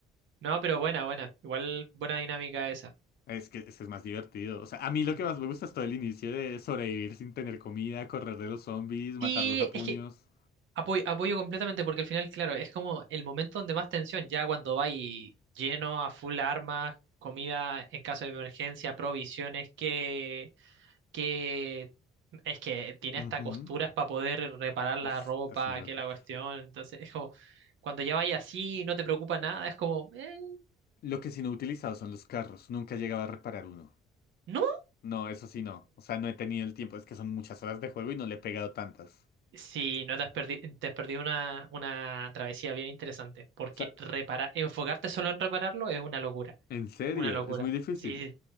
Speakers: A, on the right; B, on the left.
A: No, pero buena, buena. Igual buena dinámica esa.
B: Es que, es que es más divertido. O sea, a mí
A: Ujú.
B: lo que más me gusta es todo el inicio de sobrevivir sin tener comida, correr de los zombies, matarlos
A: Sí,
B: a puños.
A: es que apoyo, apoyo completamente porque al final, claro, es como el momento donde más tensión, ya cuando va y lleno a full armas, comida en caso de emergencia, provisiones, que, que es que tiene
B: Ujú.
A: hasta costuras para poder reparar la
B: Uf,
A: ropa,
B: es una locura.
A: que la cuestión. Entonces, es como cuando ya vaya así, no te preocupa nada, es como, eh,
B: Lo que sí no he utilizado son los carros. Nunca he llegado a reparar uno.
A: ¿no?
B: No, eso sí no. O sea, no he tenido el tiempo. Es que son muchas horas de juego y no le he pegado tantas.
A: Sí, no te has perdido, te has perdido una, una travesía bien interesante,
B: O
A: porque
B: sea,
A: reparar, enfocarte solo en repararlo es una locura,
B: en serio,
A: una locura.
B: es muy difícil.
A: Sí,